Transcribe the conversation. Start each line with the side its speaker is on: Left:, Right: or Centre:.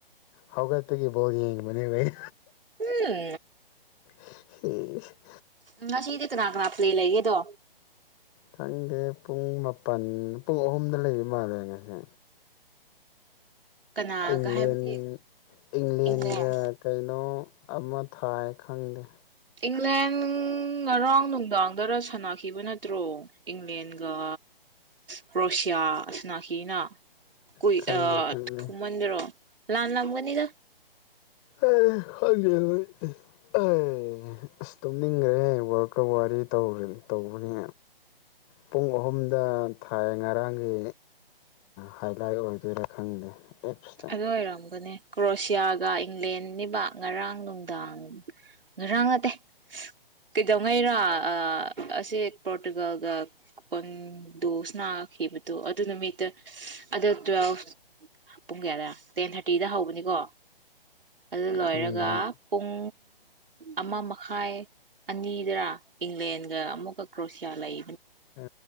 Left: ꯍꯧꯒꯠꯄꯒꯤ ꯕꯣꯜ ꯌꯦꯡꯕꯅꯤ ꯑꯩꯩ
Right: ꯎꯝ
Left: ꯍ
Right: ꯎ ꯉ ꯁꯤꯗꯤ ꯀꯅꯥ ꯀꯅꯥ ꯄ꯭ꯂꯦ ꯂꯩꯒꯦꯗꯣ
Left: ꯈꯪꯗꯦ ꯄꯨꯡ ꯃꯥꯄꯜ ꯄꯨꯡ ꯑꯍꯨꯝꯗ ꯂꯩꯕ ꯃꯥꯜꯂꯦ ꯉꯁꯦ
Right: ꯀꯅꯥꯒ
Left: ꯏꯪꯂꯦꯟ
Right: ꯍꯥꯏꯕꯗꯤ
Left: ꯏꯪꯂꯦꯟꯒ
Right: ꯏꯪꯂꯦꯟ
Left: ꯀꯩꯅꯣ ꯑꯃ ꯊꯥꯏ ꯈꯪꯗꯦ
Right: ꯏꯪꯂꯦꯟ ꯉꯔꯥꯡ ꯅꯨꯡꯗꯥꯡꯗꯔ ꯁꯥꯟꯅꯈꯤꯕ ꯅꯠꯇ꯭ꯔꯣ ꯏꯪꯂꯦꯟꯒ ꯀ꯭ꯔꯣꯁꯤꯌꯥ ꯁꯥꯟꯅꯈꯤꯅ ꯀꯏ
Left: ꯈꯪꯗꯦ
Right: ꯑ
Left: ꯈꯪꯗꯦ
Right: ꯊꯨꯃꯟꯗ꯭ꯔꯣ ꯂꯥꯟ ꯂꯑꯒꯅꯤꯒ
Left: ꯑꯔꯦ ꯍꯧꯒ ꯑꯦ ꯑꯁ ꯇꯨꯝꯅꯤꯡꯈ꯭ꯔꯦ ꯋꯥꯔꯀ ꯋꯥꯔꯤꯧ ꯇꯧꯕꯅꯤ ꯄꯨꯡ ꯑꯍꯨꯝꯗ ꯊꯥꯏ ꯉꯔꯥꯡꯒꯤ ꯍꯥꯏꯂꯥꯏꯠ ꯑꯣꯏꯗꯣꯏꯔꯥ ꯈꯪꯗꯦ ꯑꯦꯞꯁꯇ
Right: ꯑꯗꯨ ꯑꯣꯏꯔꯑꯒꯅꯦ ꯀ꯭ꯔꯣꯁꯤꯌꯥꯒ ꯏꯪꯂꯦꯟ ꯅꯤꯕ ꯉꯔꯥꯡ ꯅꯨꯡꯗꯥꯡ ꯉꯔꯥꯡ ꯅꯗ ꯀꯩꯗꯧꯉꯩꯔꯥ ꯑꯁꯤꯁꯦ ꯄꯣꯔꯇꯨꯒꯜꯒ ꯀ ꯀꯟꯗꯣꯁ ꯈꯤꯕꯗꯣ ꯑꯗꯨ ꯅꯨꯃꯤꯠꯇ ꯑꯗꯨꯗ ꯇꯨꯋꯦꯜꯐ ꯄꯨꯡ ꯀꯌꯥꯗ ꯇꯦꯟ ꯊꯥꯔꯇꯤꯗ ꯍꯧꯕꯅꯤꯀꯣ ꯑꯗꯨ ꯂꯣꯏꯔꯒ
Left: ꯈꯪꯗ꯭ꯔꯦ
Right: ꯄꯨꯡ ꯑꯃ ꯃꯈꯥꯏ ꯑꯅꯤꯗꯔ ꯏꯪꯂꯦꯟꯒ ꯑꯃꯨꯛꯀ ꯀ꯭ꯔꯣꯁꯤꯌꯥ ꯂꯩ
Left: ꯑ